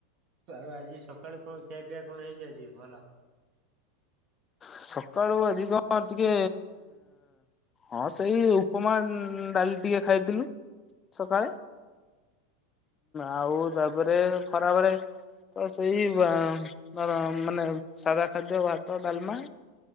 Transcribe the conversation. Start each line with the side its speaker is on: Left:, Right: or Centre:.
Right: ଆଉ ଆଜି ସକାଳୁ କଣ ଖିଆ ପିଆ କଣ ହେଇଛି ଆଜି ଭଲ।
Left: ସକାଳୁ ଆଜି କଣ ଟିକେ ହଁ ସେଇ ଉପମା ଡାଲି ଟିକେ ଖାଇଥିଲୁ ସକାଳେ ଆଉ ତାପରେ ଖରାବେଳେ ତ ସେଇ ବା ମା-ମାନେ ସାଦା ଖାଦ୍ୟ ଭା ତ ଡ଼ାଲମା